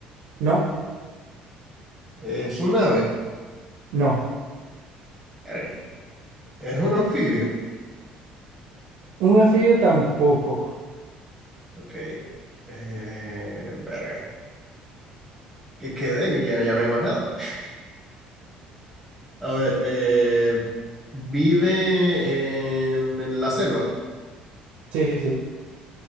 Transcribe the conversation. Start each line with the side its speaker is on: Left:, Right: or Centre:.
Right: no,
Centre: es un ave,
Right: no.
Centre: Verga. es un anfibio.
Right: Un anfibio tampoco.
Centre: Ok. Eh, verga. Que quede y ya, ya no hay más nada. <laughs> A ver, eh, vive en, en la selva.
Right: Sí, sí.